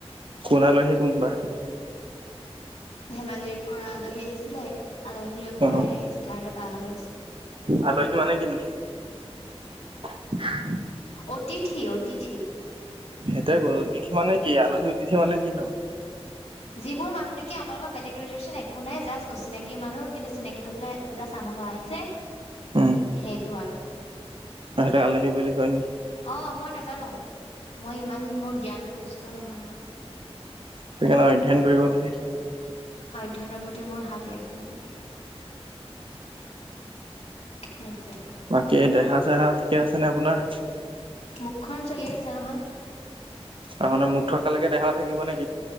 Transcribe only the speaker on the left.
ধেমাজিৰ পৰা আলহী আহিছিলে, আলহীক লৈ পেলাই
এই জেঠাই হতৰ বাহঘৰলৈ গৈছে
অতিথি- অতিথি
যিবোৰ মানুহ নেকি আমাৰ লগত বেলেগ ৰিলেচন একো নাই। জাষ্ট অচিনাকি মানুহ কিন্তু চিনাকি হৈ পেলাই জাষ্ট আমাৰ ঘৰ আহিছে,
সেইটো আলহী।
অ মই নাজানো মই ইমান মোৰ জ্ঞান পুষ্ট নহয় মই।
অধ্যয়নৰ প্ৰতি মোৰ হাবিয়াস নাই। সেইটোৱে।
মুখখন চলি আছে নহয়।